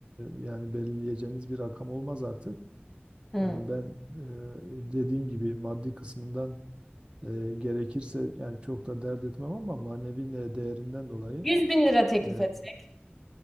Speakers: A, on the right; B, in the centre.
A: e, yani belirleyeceğiniz bir rakam olmaz artık.
B: Hmm.
A: Yani ben e, dediğim gibi maddi kısmından e, gerekirse yani çok da dert etmem ama manevi ne- değerinden dolayı
B: 100 bin lira teklif
A: e,
B: etsek.